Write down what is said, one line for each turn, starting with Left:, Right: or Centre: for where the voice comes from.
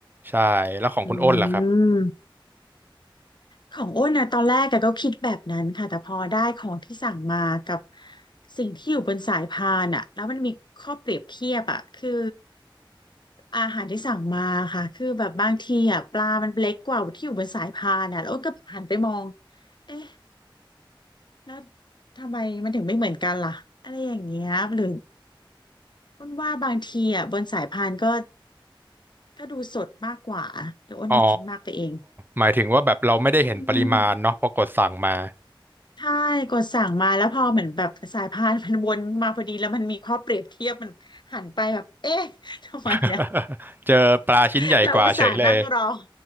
Right: ใช่แล้วของคุณอ้นล่ะครับ
Left: อืม ของอ้นนะตอนแรกอะก็คิดแบบนั้นค่ะแต่พอได้ของที่สั่งมากับสิ่งที่อยู่บนสายพานอะแล้วมันมีข้อเปรียบเทียบอะคืออาหารที่สั่งมาค่ะคือแบบบางทีอะปลามันเล็กกว่าที่อยู่บนสายพานอะแล้วอ้นก็หันไปมองเอ๊ะแล้วทำไมมันถึงไม่เหมือนกันล่ะอะไรอย่างเงี้ยหรืออ้นว่าบางทีอะบนสายพานก็ก็ดูสดมากกว่าเดี๋ยวอ้นจะคิดมากไปเอง
Right: อ๋อหมายถึงว่าแบบเราไม่ได้เห็นปริมาณเนาะพอกดสั่งมา
Left: อืม ใช่กดสั่งมาแล้วพอเหมือนแบบสายพานมันวนมาพอดีแล้วมันมีข้อเปรียบเทียบมันหันไปแบบเอ๊ะทำไมเนี่ย
Right: <laughs> เจอปลาชิ้นใหญ่กว่าเฉยเลย
Left: <laughs> เราอุตส่าห์นั่งรอ